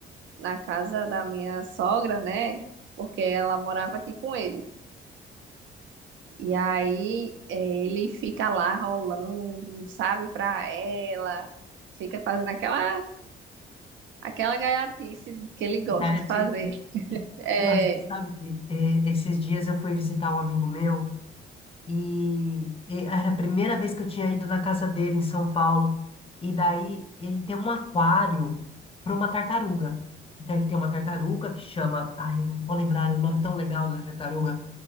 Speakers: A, on the right; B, on the left.
A: na casa da minha sogra, né? Porque ela morava aqui com ele. E aí é, ele fica lá rolando, sabe, pra ela, fica fazendo aquela aquela gaiatice que ele gosta
B: Né,
A: de fazer. É,
B: Não, você sabe que é, esses dias eu fui visitar um amigo meu e, e era a primeira vez que eu tinha ido na casa dele em São Paulo. E daí ele tem um aquário para uma tartaruga. Então ele tem uma tartaruga que chama. Ai, eu não vou lembrar o nome tão legal da tartaruga.